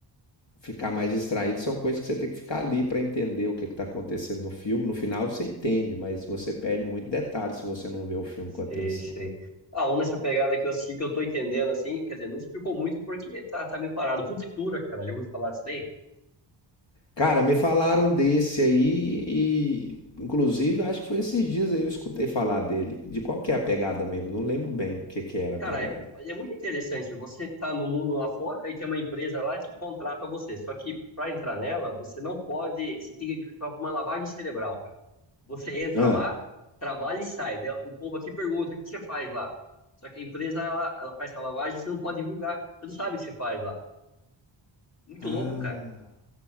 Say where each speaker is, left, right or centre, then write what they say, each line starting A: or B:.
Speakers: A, on the left; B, on the left.
A: ficar mais distraído são coisas que você tem que ficar ali para entender o que está acontecendo no filme. No final você entende, mas você perde muito detalhe se você não vê o filme
B: Sei,
A: com atenção.
B: sei.
A: né?
B: Ah, um nessa pegada que eu assisti que eu tô entendendo, assim, quer dizer, não explicou muito porque tá, tá meio parado. Ruptura, cara, já ouviu falar disso daí?
A: Cara, me falaram desse aí e, inclusive, acho que foi esses dias aí eu escutei falar dele. De qual que é a pegada mesmo? Não lembro bem o que que era
B: Cara,
A: a pegada.
B: é, é muito interessante. Você tá no mundo lá fora e tem uma empresa lá que contrata você. Só que para entrar nela, você não pode. Você tem que fazer uma lavagem cerebral, cara. Você entra
A: Ah,
B: lá, trabalha e sai. Daí O povo aqui pergunta: o que você faz lá? Só que a empresa, ela, ela faz essa lavagem, você não pode divulgar. Você não sabe o que você faz lá. Muito
A: ah.
B: louco, cara